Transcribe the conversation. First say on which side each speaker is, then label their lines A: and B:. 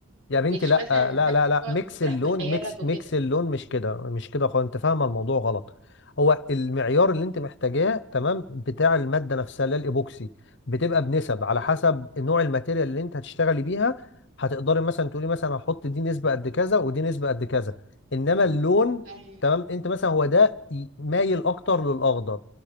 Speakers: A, on the left; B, on the right.
A: يا بنتي
B: مش
A: لا
B: مثلا
A: لا
B: فن
A: لا لا
B: تقعد
A: ميكس
B: تسرح
A: اللون
B: بخيالك
A: ميكس
B: وكده
A: ميكس اللون مش كده مش كده خالص انت فاهمه الموضوع غلط هو المعيار اللي انت محتاجاه تمام بتاع الماده نفسها اللي هي الايبوكسي بتبقى بنسب على
B: مم.
A: حسب نوع الماتيريال اللي انت هتشتغلي بيها هتقدري مثلا تقولي مثلا هحط دي نسبه قد كذا ودي نسبه قد كذا انما اللون
B: ايوه
A: تمام انت مثلا هو ده ي- مايل اكتر للاخضر